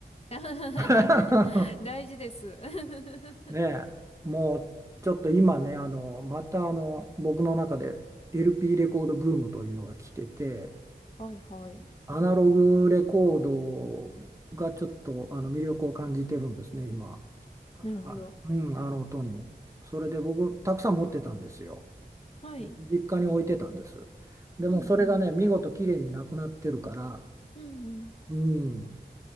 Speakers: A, on the left; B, on the right.
A: <laughs>
B: <laughs>
A: 大事です。<laughs>
B: ねえもうちょっと今ねあのまたあの僕の中で LP レコードブームというのが来てて。
A: はいはい。
B: アナログレコードがちょっとあの魅力を感じてるんですね、今。
A: なるほど。
B: あ、うん、あの音に。それで僕、たくさん持ってたんですよ。
A: はい。
B: で実家に置いてたんです。でもそれがね、
A: うんうん。
B: 見事綺麗になくなってるから、
A: うんうん。
B: うん、